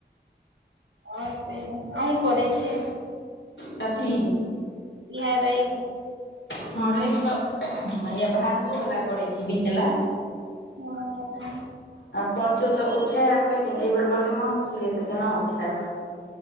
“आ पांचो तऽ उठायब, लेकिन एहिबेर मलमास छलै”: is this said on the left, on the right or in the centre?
Left